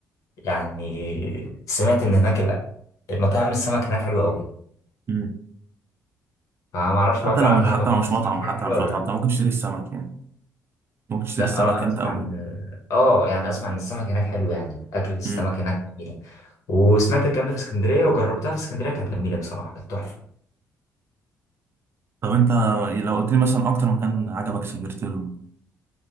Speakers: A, on the left (about 65°); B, on the right (about 45°).
A: يعني سمعت ان هناك ال- المطاعم السمك هناك حلوه قوي
B: مم.
A: فما اعرفش بقى
B: حتى
A: فعلا
B: لو مش حتى
A: هل مطاعم
B: لو مش
A: السمك
B: مطعم
A: هناك
B: حتى
A: حلوه
B: لو مش
A: ولا
B: مطعم
A: لا
B: انت ممكن تشتري السمك يعني ممكن تشتري
A: لا
B: السمك
A: اه انا
B: انت
A: اسمع
B: او
A: ان اه يعني اسمع ان السمك هناك حلو يعني اكل السمك
B: مم.
A: هناك جميله وسمعت الكلام ده في اسكندريه وجربتها في اسكندريه كانت جميله بصراحه كانت تحفه
B: طب انت لو قلت لي مثلا اكتر مكان عجبك سافرت له